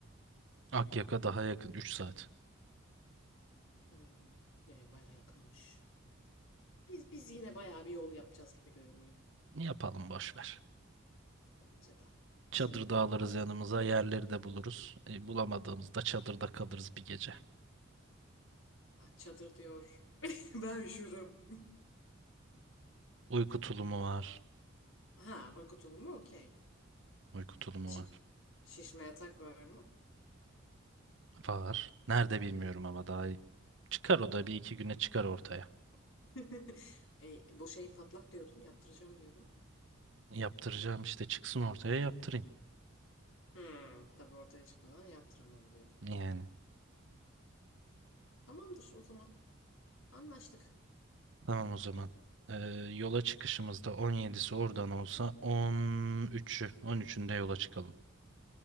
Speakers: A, on the right; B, on the left.
A: Akyaka daha yakın 3 saat.
B: Hmm, ee, bayağı yakınmış. Biz biz yine bayağı bir yol yapacağız gibi görünüyor.
A: Yapalım boş ver.
B: Bence de.
A: Çadır
B: Güzel olur
A: da
B: ya.
A: alırız yanımıza, yerleri de buluruz. E, bulamadığımızda çadırda kalırız bir gece.
B: Bak çadır diyor. <laughs> Ben üşürüm.
A: Uyku tulumu var.
B: Ha uyku tulumu okey.
A: Uyku tulumu
B: Şi-
A: var.
B: şişme yatak var mı?
A: Var. Nerede bilmiyorum ama daha iyi. Çıkar o da bir iki güne çıkar ortaya.
B: <laughs> E, bu şey patlak diyordun, yaptıracağım diyordun.
A: Yaptıracağım işte çıksın ortaya yaptırayım.
B: Hmm, tabii ortaya çıkmadan yaptıramam diyordun.
A: Yani.
B: Tamamdır o zaman. Anlaştık.
A: Tamam o zaman. Ee, yola çıkışımızda 17'si oradan olsa 13'ü 13'ünde yola çıkalım.